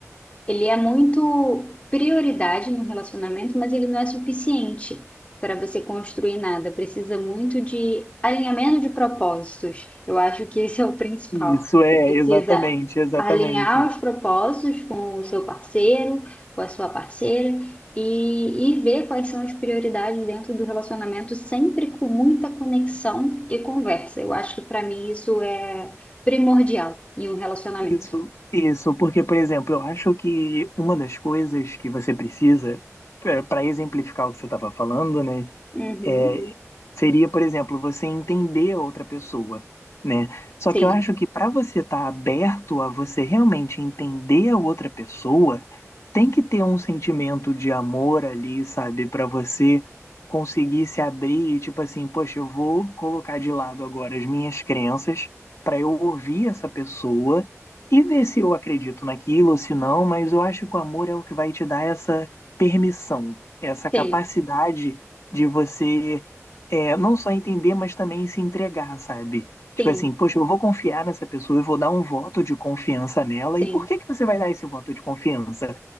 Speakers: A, on the left (about 25°); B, on the left (about 65°).
A: ele é muito prioridade no relacionamento, mas ele não é suficiente para você construir nada. Precisa muito de alinhamento de propósitos. Eu acho que esse é o principal.
B: Isso é,
A: Você precisa
B: exatamente, exatamente.
A: alinhar os propósitos com o seu parceiro, com a sua parceira e, e ver quais são as prioridades dentro do relacionamento, sempre com muita conexão e conversa. Eu acho que para mim isso é primordial em um relacionamento.
B: Isso, isso, porque, por exemplo, eu acho que uma das coisas que você precisa, para exemplificar o que você estava falando, né?
A: Uhum.
B: É, seria, por exemplo, você entender a outra pessoa, né? Só
A: Sim,
B: que eu acho que para você estar aberto a você realmente entender a outra pessoa, tem que ter um sentimento de amor ali, sabe? Para você conseguir se abrir e, tipo assim, poxa, eu vou colocar de lado agora as minhas crenças para eu ouvir essa pessoa e ver se eu acredito naquilo ou se não, mas eu acho que o amor é o que vai te dar essa permissão, essa
A: sim,
B: capacidade de você é, não só entender, mas também se entregar, sabe? Tipo
A: sim,
B: assim, poxa, eu vou confiar nessa pessoa, eu vou dar um voto de confiança nela.
A: sim,
B: E por que que você vai dar esse voto de confiança?